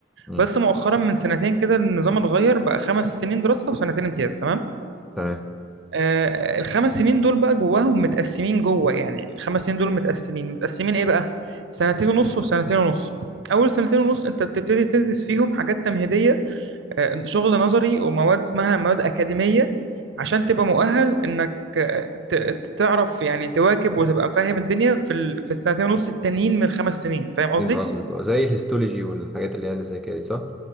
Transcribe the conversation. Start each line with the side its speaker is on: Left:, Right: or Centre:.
Centre: امم
Right: بس مؤخرا من سنتين كده النظام اتغير بقى خمس سنين دراسة وسنتين امتياز تمام
Centre: تمام
Right: أه الخمس سنين دول بقى جواهم متقسمين جوه يعني الخمس سنين دول متقسمين متقسمين ايه بقى سنتين ونص وسنتين ونص اول سنتين ونص انت بتبتدي تدرس فيهم حاجات تمهيدية آه، شغل نظري ومواد اسمها مواد أكاديمية عشان تبقى مؤهل إنك آه، ت- ت- تعرف يعني تواكب وتبقى فاهم الدنيا في ال- في السنتين ونص التانيين من الخمس سنين فاهم قصدي؟
Centre: فاهم قصدك اه زي الهيستولوجي والحاجات اللي هي اللي زي كده دي، صح